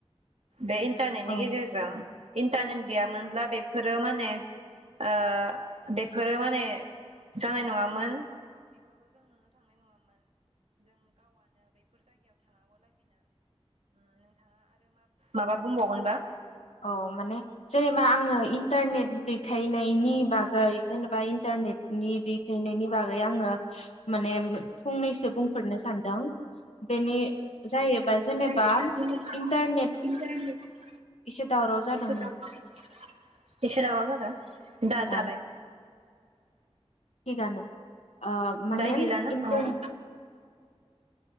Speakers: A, on the right (about 75°); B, on the left (about 85°).
A: बे इन्टारनेटनि
B: औ
A: गेजेरजों। इन टारनेट गैयामोनब्ला बेफोरो माने ओ बेफोरो माने जानाय नङामोन। माबा बुंबावगोन बा?
B: औ माने जेनेबा आङो इन्टारनेट दैथायनायनि बागै जेनेबा इन्टारनेटनि दैथायनायनि बागै आङो माने फंनैसो बुंफोरनो सानदों। बेनि जाहैबाय जेनेबा
A: फंनैसो
B: इन्टारनेट एसे दावराव जादों
A: एसे दावराव
B: नोंथां
A: जादों। एसे दावराव जालों, दा दालाय?
B: ओं थिगानो। ओ माने
A: दायो गैला ना?
B: इन्टारने
A: ओं।